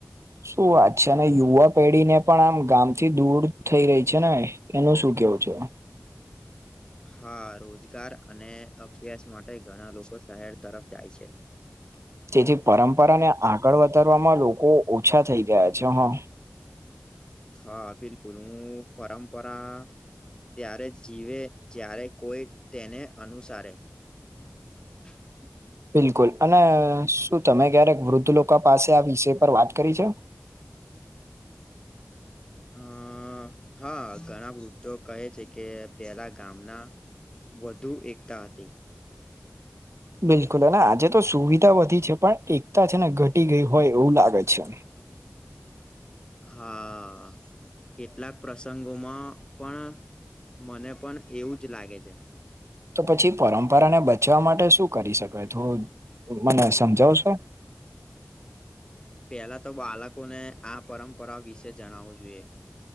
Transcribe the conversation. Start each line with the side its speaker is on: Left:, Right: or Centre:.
Right: શું વાત છે, અને યુવા પેઢી ને પણ આમ ગામ થી દૂર થઈ રહી છે ને. એનું શું કેવું છે?
Left: હા, રોજગાર અને અભ્યાસ માટે ઘણા લોકો શહેર તરફ જાય છે.
Right: તેથી પરંપરા ને આગળ વધારવામાં લોકો ઓછા થઈ ગયા છે, હા
Left: હા, બિલકુલ હું પરંપરા ત્યારે જીવે જ્યારે કોઈ તેને અનુસારે <unintelligible>
Right: બિલકુલ અને શું તમે ક્યારેક વૃદ્ધ લોકો પાસે આ વિષય પર વાત કરી છે.
Left: અ હા ઘણા વૃદ્ધો કહે છે, કે પેલા ગામના વધુ એકતા હતી.
Right: બિલકુલ અને આજે તો સુવિધા વધી છે, પણ એકતા છે ને ઘટી ગઈ હોય એવું લાગે છે.
Left: હા, કેટલાક પ્રસંગોમાં પણ મને પણ એવું જ લાગે છે.
Right: તો પછી પરંપરાને બચવા માટે શું કરી શકાય થોડુ મને સમજાવ છો?
Left: પેલા તો બાળકોને આ પરંપરા વિશે જણાવવું જોઈએ,